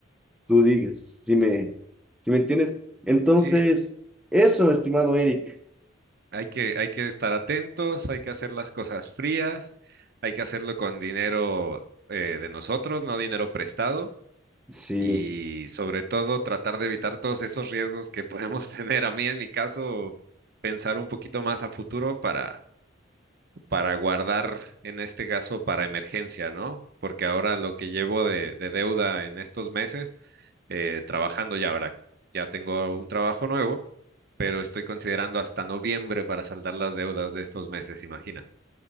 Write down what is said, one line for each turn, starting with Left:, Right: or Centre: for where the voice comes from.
Centre: tú digas, si me, si me entiendes. Entonces,
Right: Sí,
Centre: eso, estimado Eric.
Right: Hay que, hay que estar atentos, hay que hacer las cosas frías, hay que hacerlo con dinero eh, de nosotros, no dinero prestado,
Centre: Sí.
Right: y sobre todo tratar de evitar todos esos riesgos que podemos <laughs> tener. A mí, en mi caso, pensar un poquito más a futuro para, para guardar, en este caso, para emergencia, ¿no? Porque ahora lo que llevo de, de deuda en estos meses, eh, trabajando ya ahora, ya tengo un trabajo nuevo pero estoy considerando hasta noviembre para saldar las deudas de estos meses, imagina.